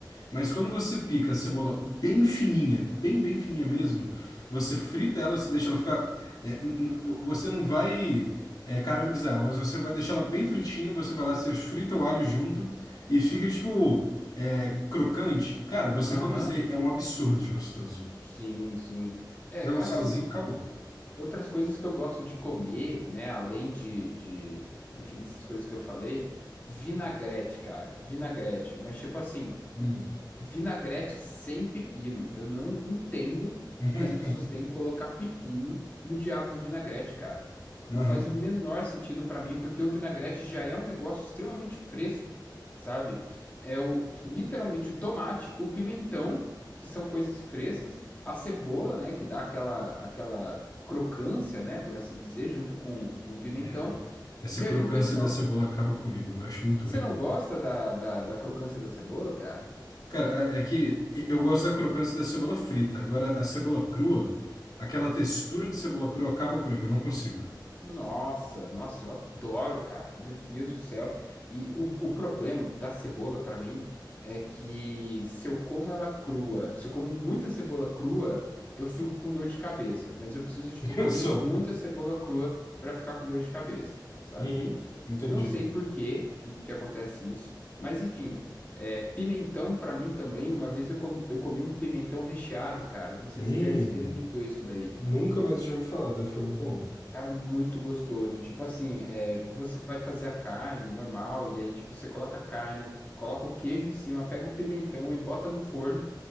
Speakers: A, on the left (about 55°); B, on the left (about 20°).
A: Mas quando você pica a cebola bem fininha, bem, bem fininha mesmo, você frita ela, você deixa ela ficar. é, n- n- você não vai é, caramelizar ela, mas você vai deixar ela bem fritinha, você vai lá, você frita o alho junto e fica, tipo, é, crocante. Cara, você
B: Aham.
A: come isso aí, é um absurdo de gostoso.
B: Sim, sim. É,
A: Joga
B: assim.
A: um salzinho e acabou.
B: Outras coisas que eu gosto de comer, né, além de, de, enfim, dessas coisas que eu falei, vinagrete, cara, vinagrete, mas tipo assim,
A: Hum.
B: vinagrete sem pepino. Eu não entendo o
A: <laughs>
B: que que as pessoas têm em colocar pepino no diabo do vinagrete, cara. Não
A: Aham.
B: faz o menor sentido pra mim, porque o vinagrete já é um negócio extremamente fresco, sabe? É o, literalmente o tomate, o pimentão, que são coisas frescas, a cebola, né, que dá aquela, aquela crocância, né, por assim dizer, junto com, com pimentão.
A: É, essa
B: E
A: crocância
B: aí o pessoal.
A: da cebola acaba comigo, eu acho muito
B: Você
A: ruim.
B: não gosta da, da, da crocância da cebola, cara?
A: Cara, é é que eu gosto da crocância da cebola frita, agora a cebola crua, aquela textura de cebola crua acaba comigo, eu não consigo.
B: Nossa, nossa, eu adoro, cara. Meu Deus do céu. E o, o problema da cebola pra mim é que se eu como ela crua, se eu como muita cebola crua, eu fico com dor de cabeça. Mas eu preciso, tipo,
A: <laughs>
B: comer
A: Eu sou.
B: muita cebola crua pra ficar com dor de cabeça, sabe?
A: Uhum, entendi.
B: Eu não sei por que que, que acontece isso, mas enfim, é, pimentão pra mim também, uma vez eu comi, eu comi um pimentão recheado, cara. Não sei
A: Hum,
B: se você já experimentou isso daí.
A: nunca mais já ouvi falar, deve ficar muito bom.
B: Cara, muito gostoso. Tipo assim, é, você vai fazer a carne normal, e aí, tipo, você coloca a carne, coloca o queijo em cima, pega o pimentão e bota no forno.